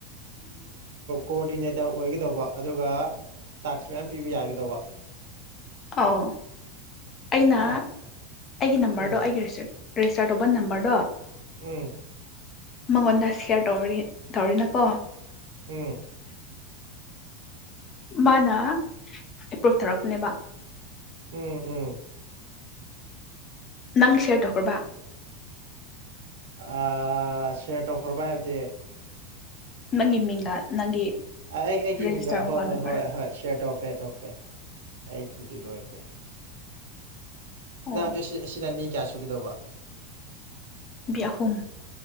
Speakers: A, on the right; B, on the left.
A: ꯀꯣꯔꯗꯤꯅꯦꯇꯔ ꯇꯔ ꯑꯣꯏꯒꯗꯧꯕ ꯑꯗꯨꯒ ꯇꯥꯛꯁ ꯃꯌꯥꯝ ꯄꯤꯕ ꯌꯥꯒꯗꯧꯕ
B: ꯑꯧ ꯑꯩꯅ
A: ꯁꯦ
B: ꯑꯩꯒꯤ ꯅꯝꯕꯔꯗꯣ
A: ꯎꯝ
B: ꯑꯩꯒꯤꯔꯁꯤ ꯔꯦꯖꯤꯁꯇꯥꯔ ꯇꯧꯕ ꯅꯝꯕꯔꯗꯣ
A: ꯎꯝ
B: ꯃꯉꯣꯟꯗ ꯁꯦꯌꯥꯔ ꯇꯧꯔꯤ ꯇꯧꯔꯤꯅꯀꯣ
A: ꯎꯝ
B: ꯃꯥꯅꯥ ꯑꯦꯄ꯭ꯔꯨꯞ ꯊꯔꯛꯄꯅꯦꯕ
A: ꯎꯝ ꯎꯝ
B: ꯅꯪ ꯁꯦꯌꯥꯔ ꯇꯧꯈ꯭ꯔꯕ
A: ꯑ ꯁꯦꯌꯦ ꯇꯧꯈ꯭ꯔꯕ ꯍꯥꯏꯕꯗꯤ
B: ꯅꯪꯒꯤ ꯃꯤꯡꯒ ꯅꯪꯒꯤ
A: ꯑꯩ ꯑꯩꯒꯤ
B: ꯔꯦꯖꯤꯁꯇꯔ
A: ꯃꯤꯡꯒ
B: ꯃꯣꯕꯥꯏꯜ
A: ꯍꯣꯏ ꯍꯣꯏ
B: ꯅꯝꯕꯔ
A: ꯍꯣꯏ ꯍꯣꯏ ꯁꯤꯌꯔ ꯇꯧꯈ꯭ꯔꯦ ꯇꯧꯈ꯭ꯔꯦ ꯇꯧꯈ꯭ꯔꯦ ꯑꯩꯒꯤꯕꯨꯗꯤ ꯂꯣꯏꯈ꯭ꯔꯦ
B: ꯑꯣ
A: ꯅ ꯑꯗꯨ ꯑꯁꯤꯅ ꯃꯤ ꯀꯌꯥ ꯁꯨꯒꯗꯧꯕ
B: ꯃꯤ ꯑꯍꯨꯝ